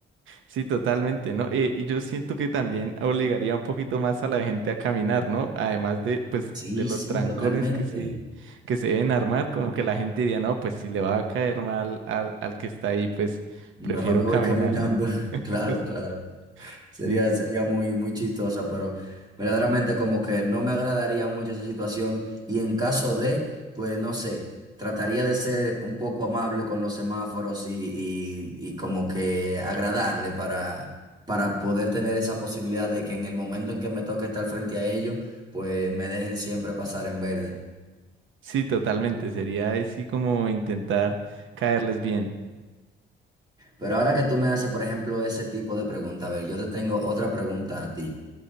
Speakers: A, on the right; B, on the right.
A: Sí, totalmente, ¿no? Eh, y yo siento que también obligaría un poquito más a la gente a caminar, ¿no? Además de, pues,
B: Sí,
A: de los
B: sí,
A: trancones
B: totalmente.
A: que se, que se deben armar, como que la gente diría, no, pues si le va a caer mal al, al que está ahí, pues
B: Mejor
A: prefiero
B: no
A: caminar.
B: voy caminando. <laughs>
A: <laughs>
B: Claro, claro.
A: Sí,
B: Sería,
A: sí.
B: sería muy, muy chistosa, pero verdaderamente como que no me agradaría mucho esa situación. Y en caso de, pues no sé, trataría de ser un poco amable con los semáforos y, y, y como que agradarle para, para poder tener esa posibilidad de que en el momento en que me toque estar frente a ellos, pues me dejen siempre pasar en verde.
A: Sí, totalmente. Sería así como intentar caerles bien.
B: Pero ahora que tú me haces, por ejemplo, ese tipo de pregunta, a ver, yo te tengo otra pregunta a ti.